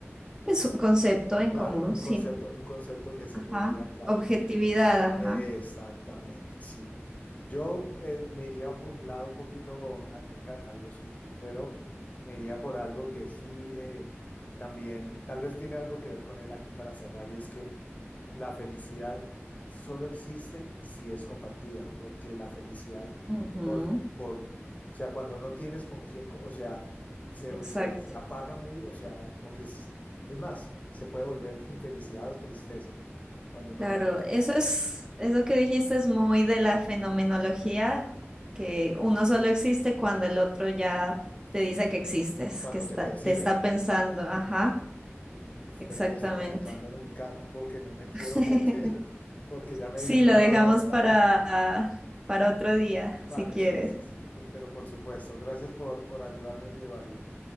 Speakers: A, on the right (about 15°); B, on the left (about 35°).
A: pues, un concepto en
B: Claro,
A: común,
B: un
A: si
B: concepto, un concepto que se
A: Ajá.
B: podría, claro,
A: Objetividad,
B: com-
A: ajá.
B: Exactamente, sí. Yo eh, me iría por un lado un poquito, ah, me encanta Aldo Huxley, pero me iría por algo que sí eh, también, tal vez tiene algo que ver con él aquí para cerrar, y es que la felicidad solo existe si es compartida, porque la felicidad
A: Ujú.
B: por, por, o sea, cuando no tienes con quién, co- o sea, se,
A: Exacto.
B: se, se apaga muy, o sea, como que es, es más, se puede volver infelicidad o tristeza cuando
A: Claro,
B: no la puedes compartir.
A: eso es, eso que dijiste es muy de la fenomenología, que uno solo existe cuando el otro ya te dice que existes,
B: cuando
A: que está,
B: te perciben.
A: te está pensando. Ajá,
B: Mm, Uf,
A: exactamente.
B: pero ahí estamos entrando en un campo que no me quiero
A: <laughs>
B: <laughs> meter porque ya me
A: Sí,
B: vi embarrado
A: lo dejamos
B: hasta...
A: para,
B: <laughs>
A: para otro día,
B: Vale,
A: si quieres.
B: sí, sí, sí, pero por supuesto, gracias por, por ayudarme en mi dualidad.